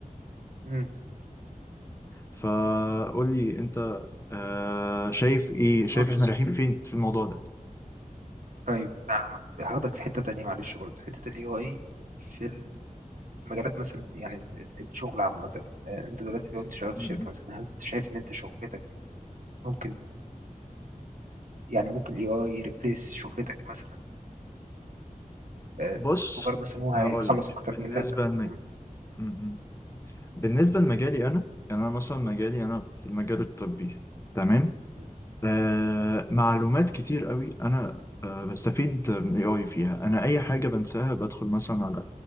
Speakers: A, on the right; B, on the left.
A: مم،
B: فقول لي انت آه شايف ايه شايف
A: بص
B: احنا رايحين فين في الموضوع
A: طيب تعالى هاخدك في حتة تانية معلش برضو حتة الاي اي في المجالات مثلا يعني ال- ال- الشغل عامة آه، انت دلوقتي لو انت شغال في
B: ده
A: شركة مثلا هل انت شايف ان انت شغلتك ممكن يعني ممكن الاي اي يريبليس شغلتك مثلا آه،
B: بص
A: مجرد مثلا هو هيخلص
B: هقول لك
A: اكتر منك
B: بالنسبه لمج...
A: أم-
B: م- م. بالنسبه لمجالي انا يعني انا مثلا مجالي انا في المجال الطبي تمام
A: أم-
B: آه
A: أم-
B: معلومات كتير قوي انا آه بستفيد من الاي اي فيها انا اي حاجه بنساها بدخل مثلا على